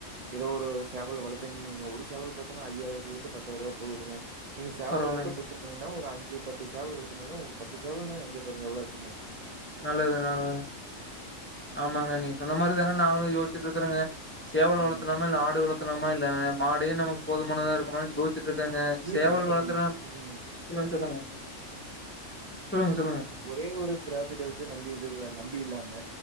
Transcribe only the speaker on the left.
பரவாயில்லைங்க.
நல்லது நல்லது ஆமாங்க நீங்க சொன்ன மாரி தாங்க நாங்களு யோசிச்சுட்டு இருக்குறோங்க சேவல்
வளத்தலாம இல்ல ஆடு வளத்தலாம இல்ல மாடே நமக்கு போதுமானதா இருக்குமான்னு யோஸ்ச்சி இருக்கேங்க
சேவல்
வளத்தலா
சொல்லுங்க சொல்லுங்க சொல்லுங்க சொல்லுங்க